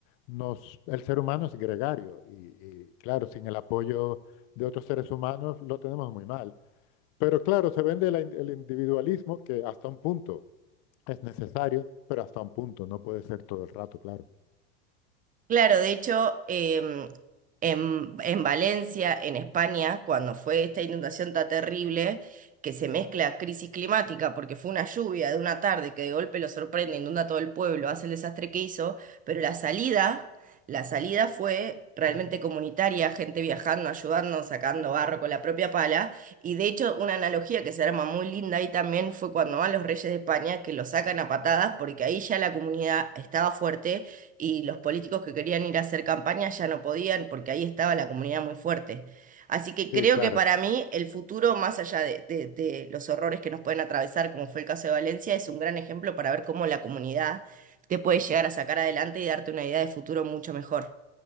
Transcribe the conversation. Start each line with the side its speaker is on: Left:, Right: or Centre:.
Left: nos, el ser humano es gregario y, y, claro, sin el apoyo de otros seres humanos lo tenemos muy mal. Pero claro, se vende la in- el individualismo que hasta un punto es necesario, pero hasta un punto, no puede ser todo el rato, claro.
Right: Claro, de hecho, em, en, en Valencia, en España, cuando fue esta inundación tan terrible, que se mezcla crisis climática, porque fue una lluvia de una tarde que de golpe lo sorprende, inunda todo el pueblo, hace el desastre que hizo, pero la salida, la salida fue realmente comunitaria, gente viajando, ayudando, sacando barro con la propia pala, y de hecho una analogía que se arma muy linda ahí también fue cuando van los reyes de España, que lo sacan a patadas, porque ahí ya la comunidad estaba fuerte y los políticos que querían ir a hacer campaña ya no podían porque ahí estaba la comunidad muy fuerte. Así que creo
Left: Sí, claro.
Right: que para mí el futuro, más allá de, de- de los horrores que nos pueden atravesar, como fue el caso de Valencia, es un gran ejemplo para ver cómo la comunidad te puede llegar a sacar adelante y darte una idea de futuro mucho mejor.